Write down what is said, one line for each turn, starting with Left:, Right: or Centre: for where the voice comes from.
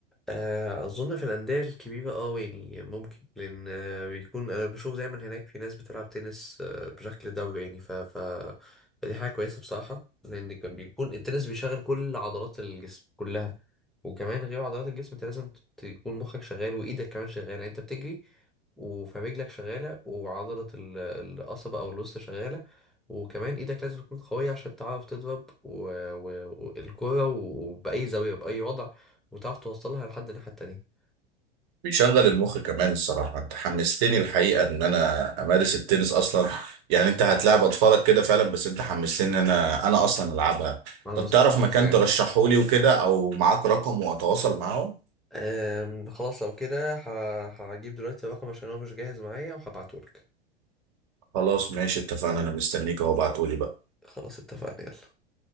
Centre: آه، اظن في الانديه الكبيره اه يعني ممكن لان آه، بيكون انا بشوف دايما هناك في ناس بتلعب تنس آه، بشكل دوري يعني ف... ف... فدي حاجه كويسه بصراحه لان كان بيكون التنس بيشغل كل عضلات الجسم كلها وكمان غير عضلات الجسم انت لازم ت- تكون مخك شغال وايدك كمان شغاله يعني انت بتجري وفرجلك شغاله وعضله ال- القصبه او الوسط شغاله وكمان ايدك لازم تكون قويه عشان تعرف تضرب و... و... والكره وباي زاويه باي وضع وتعرف توصلها لحد الناحية التانية
Right: بيشغل المخ كمان الصراحة أنت حمستني الحقيقة إن أنا أمارس التنس أصلا يعني أنت هتلاعب أطفالك كده فعلا بس أنت حمستني إن أنا أنا أصلا ألعبها
Centre: على
Right: طب
Centre: مستوى
Right: تعرف
Centre: شخصي
Right: مكان
Centre: يعني
Right: ترشحه لي وكده أو معاك رقم وأتواصل معاهم؟
Centre: أم خلاص لو كده ه- هجيب دلوقتي الرقم عشان هو مش جاهز معايا وهبعتهولك
Right: خلاص ماشي اتفقنا انا مستنيك اهو ابعتهولي بقى
Centre: خلاص اتفقنا يلا